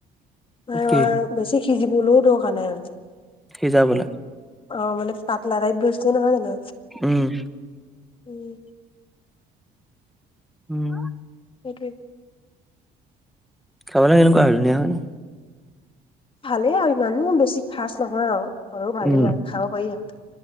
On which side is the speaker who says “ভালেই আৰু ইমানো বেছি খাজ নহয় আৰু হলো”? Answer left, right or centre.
Left